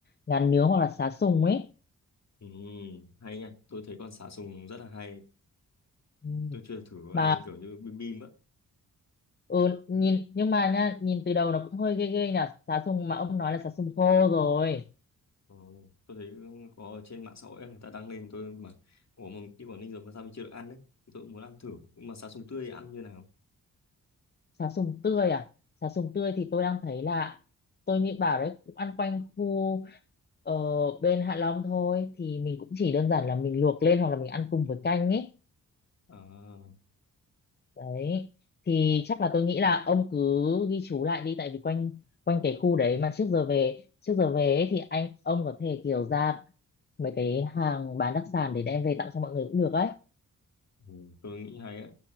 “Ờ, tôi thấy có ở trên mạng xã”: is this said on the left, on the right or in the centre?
Left